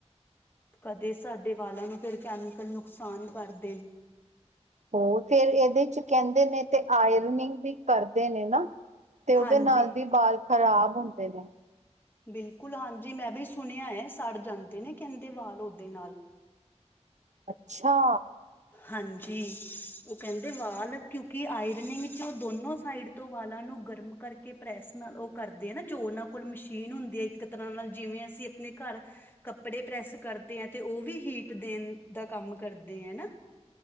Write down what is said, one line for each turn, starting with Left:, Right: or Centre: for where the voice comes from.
Left: ਕਦੇ ਸਾਡੇ ਵਾਲਾਂ ਨੂੰ ਫੇਰ ਕੈਮਿਕਲ ਨੁਕਸਾਨ ਕਰ ਦੇਨ।
Right: ਹੋਰ ਫੇਰ ਏਦੇ ਚ ਕੈਂਦੇ ਨੇ ਤੇ ਆੲਰਨਿੰਗ ਵੀ ਕਰਦੇ ਨੇ ਨਾ। ਤੇ ੳਦੇ
Left: ਹਾਂਜੀ
Right: ਨਾਲ ਵੀ ਬਾਲ ਖਰਾਬ ਹੁੰਦੇ ਨੇ।
Left: ਬਿਲਕੁਲ ਹਾਂਜੀ ਮੈਂ ਵੀ ਸੁਣਿਆ ਏ ਸੜ ਜਾਂਦੇ ਨੇ ਕੇਂਦੇ ਵਾਲ ੳਦੇ ਨਾਲ।
Right: ਅੱਛਾ!
Left: ਹਾਂਜੀ, ੳਹ ਕੈਂਦੇ ਵਾਲ ਕਿਉਂਕਿ ਆਇਰਨਿੰਗ ਚੋ ਦੋਨੋ ਸਾਈਡ ਤੋਂ ਵਾਲਾਂ ਨੂੰ ਗਰਮ ਕਰਕੇ ਪ੍ਰੈਸ ਨਾਲ ੳਹ ਕਰਦੇ ਆ ਨਾ ਜੋ ੳਨਾਂ ਕੋਲ ਮਸ਼ੀਨ ਹੁੰਦੀ ਹੈ ਇੱਕ ਤਰਾਂ ਨਾਲ ਜਿਵੇਂ ਅਸੀ ਅਪਨੇ ਘਰ ਕੱਪੜੇ ਪ੍ਰੈਸ ਕਰਦੇ ਆ ਤਾ ੳਵੀ ਹੀਟ ਦੇਨ ਦਾ ਕੰਮ ਕਰਦੇ ਆ ਨਾ।